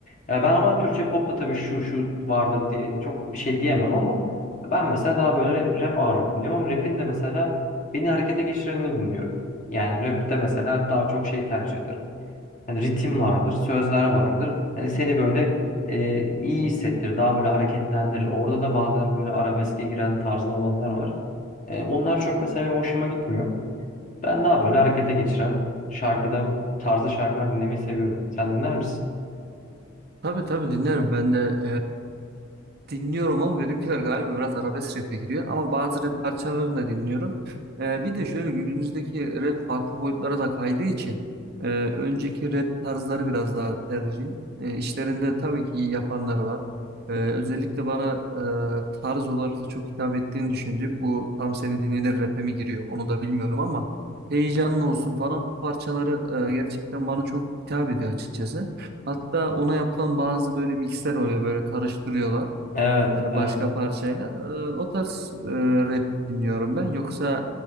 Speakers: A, on the left (about 40°); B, on the right (about 50°).
A: Ya ben ama Türkçe popta tabii şu şu vardır diye çok bir şey diyemem ama ben mesela daha böyle rap ağırlıklı dinliyorum ama rap'in de mesela beni harekete geçirenini dinliyorum. Yani rap'te mesela daha çok şey tercih ederim. Hani ritim vardır, sözler vardır. Hani seni böyle e, iyi hissettirir, daha böyle hareketlendirir. Orada da bazen böyle arabeske giren tarzda olanlar var. E, onlar çok mesela benim hoşuma gitmiyor. Ben daha böyle harekete geçiren şarkıda tarzda şarkılar dinlemeyi seviyorum. Sen dinler misin?
B: Tabii tabii dinlerim ben de dinliyorum ama benimkiler galiba biraz arabesk rap'e giriyor. Ama bazı rap parçalarını da dinliyorum. Ee, bir de şöyle günümüzdeki rap farklı boyutlara da kaydığı için e, önceki rap tarzları biraz daha tercihim. E, işlerinde tabii ki iyi yapanlar var. E, özellikle bana e, tarz olarak da çok hitap ettiğini düşündüğüm bu tam seni dinlenir rap'e mi giriyor onu da bilmiyorum ama heyecanlı olsun falan bu parçaları e, gerçekten bana çok hitap ediyor açıkçası. Hatta ona yapılan bazı böyle mixler oluyor böyle karıştırıyorlar
A: Evet,
B: e,
A: evet.
B: başka parçayla. E, O tarz e, rap dinliyorum ben. Yoksa